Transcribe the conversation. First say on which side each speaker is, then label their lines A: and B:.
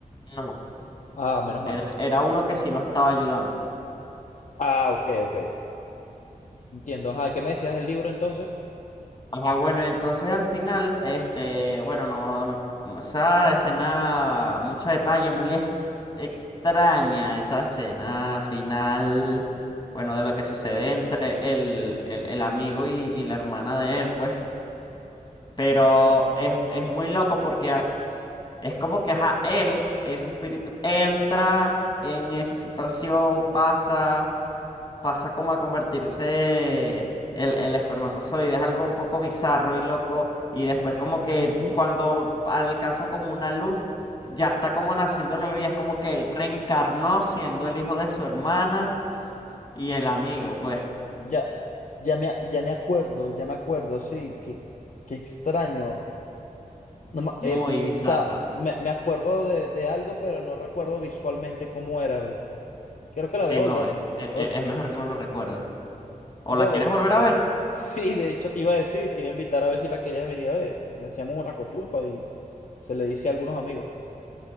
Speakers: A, on the left; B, on the left.
A: no,
B: Ah, menos mal.
A: era, era uno que sí lo estaba ayudando.
B: Ah, ok, ok. Entiendo. Ajá, ¿qué me decías del libro entonces?
A: Ah, bueno, y entonces al final, este, bueno, no, no, como esa escena, mucho detalle, muy ex- extraña, esa escena final, bueno, de lo que sucede entre el, el, el amigo y, y la hermana de él, pues, pero es, es muy loco porque a- es como que a él, ese espíritu, entra en esa situación, pasa pasa como a convertirse el, el espermatozoide, es algo un poco bizarro y loco, y después como que
B: Ujú.
A: cuando alcanza como una luz, ya está como naciendo el bebé, y es como que él reencarnó siendo el hijo de su hermana y el amigo, pues
B: Ya, ya me, ya me acuerdo, ya me acuerdo, sí, qué, qué extraño. No, ma-
A: muy
B: eh,
A: bizarro.
B: o sea, me, me acuerdo de, de algo, pero no recuerdo visualmente cómo era. Creo que la
A: Sí,
B: voy a volver.
A: no, es, e-
B: o-
A: e- es mejor que no lo recuerdes. ¿O
B: no,
A: la quieres
B: de,
A: volver a ver?
B: <laughs> sí, de hecho te iba a decir, te iba a invitar a ver si la querías venir a ver. Hacíamos una cotufa y se le dice a algunos amigos.